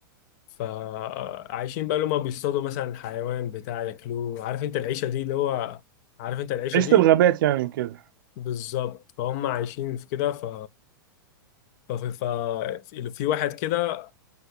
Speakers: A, on the left (about 50°); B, on the right (about 70°).
A: فعايشين بقى اللي هم بيصطادوا مثلا حيوان بتاع ياكلوه عارف أنت العيشة دي اللي هو عارف أنت العيشة
B: عشت
A: دي؟
B: الغابات يعني كده
A: بالظبط فهم عايشين في كده ف ففي ف... في واحد كده